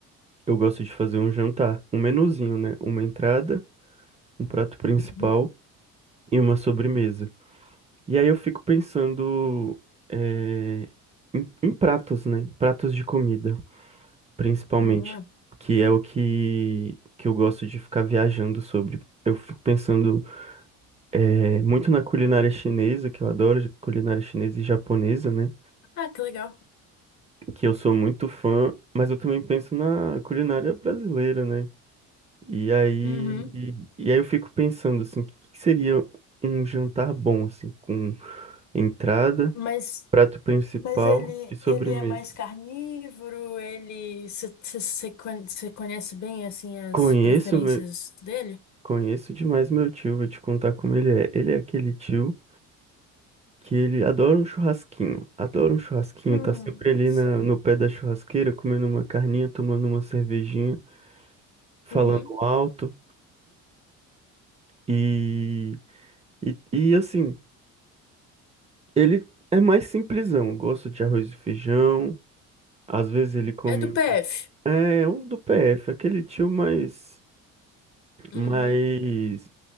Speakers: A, on the right (about 20°); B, on the left (about 55°).
A: eu gosto de fazer um jantar, um menuzinho, né? Uma entrada, um prato principal
B: uhum.
A: e uma sobremesa. E aí eu fico pensando eh, em, em pratos, né? Pratos de comida, principalmente,
B: Hum.
A: que é o que, que eu gosto de ficar viajando sobre. Eu fico pensando eh, muito na culinária chinesa, que eu adoro culinária chinesa e japonesa, né?
B: Ah, que legal.
A: Que eu sou muito fã, mas eu também penso na culinária brasileira, né? E aí,
B: Uhum.
A: e aí eu fico pensando assim, o que que seria um jantar bom, assim, com entrada.
B: Mas,
A: prato principal
B: mas ele,
A: e sobremesa.
B: ele é mais carnívoro, ele... Você conhece bem, assim, as
A: Conheço,
B: preferências
A: meu,
B: dele?
A: conheço demais meu tio, vou te contar como ele é. Ele é aquele tio que ele adora um churrasquinho, adora um churrasquinho,
B: Hum,
A: tá sempre ali
B: só
A: na, no pé da churrasqueira, comendo uma carninha, tomando uma cervejinha, falando
B: Uhum.
A: alto. E, e, e, assim, ele é mais simplesão. Gosta de arroz e feijão. Às vezes ele come.
B: É do
A: um-
B: PF.
A: É, um do PF, aquele tio mais.
B: Uhum.
A: Mais